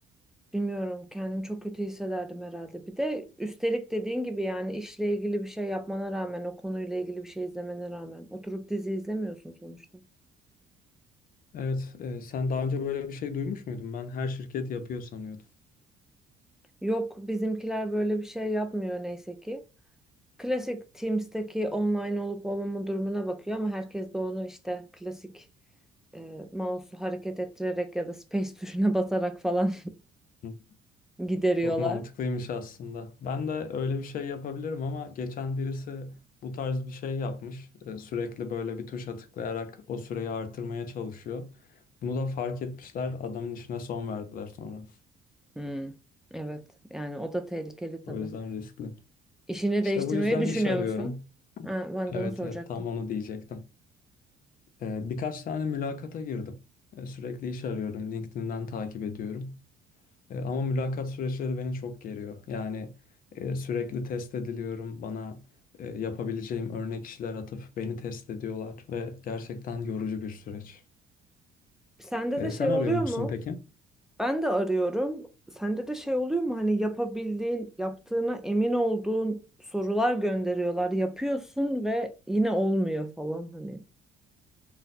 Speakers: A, in the centre; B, on the left.
A: Bilmiyorum kendimi çok kötü hissederdim herhalde. Bir de üstelik dediğin gibi yani işle ilgili bir şey yapmana rağmen o konuyla ilgili bir şey izlemene rağmen oturup dizi izlemiyorsun sonuçta.
B: Evet, e, sen daha önce böyle bir şey duymuş muydun? Ben her şirket yapıyor sanıyordum.
A: Yok bizimkiler böyle bir şey yapmıyor neyse ki. Klasik Teams'teki online olup olmama durumuna bakıyor ama herkes de onu işte klasik e, mouse'u hareket ettirerek ya da space <laughs> tuşuna basarak falan
B: Hı.
A: <laughs> gideriyorlar.
B: Çok mantıklıymış aslında. Ben de öyle bir şey yapabilirim ama geçen birisi bu tarz bir şey yapmış. E, Sürekli böyle bir tuşa tıklayarak o süreyi artırmaya çalışıyor. Bunu da fark etmişler. Adamın işine son verdiler sonra.
A: Hmm, evet yani o da tehlikeli tabii.
B: O yüzden riskli.
A: İşini
B: İşte
A: değiştirmeyi
B: bu yüzden
A: düşünüyor
B: iş arıyorum.
A: musun? Ha, ben
B: Evet,
A: de onu soracaktım.
B: evet tam onu diyecektim. E, Birkaç tane mülakata girdim. E, Sürekli iş arıyorum. LinkedIn'den takip ediyorum. E, ama mülakat süreçleri beni çok geriyor. Yani e, sürekli test ediliyorum. Bana e, yapabileceğim örnek işler atıp beni test ediyorlar ve gerçekten yorucu bir süreç.
A: Sende
B: E,
A: de şey
B: sen arıyor
A: oluyor
B: musun
A: mu?
B: peki?
A: Ben de arıyorum. Sende de şey oluyor mu? Hani yapabildiğin, yaptığına emin olduğun sorular gönderiyorlar. Yapıyorsun ve yine olmuyor falan hani.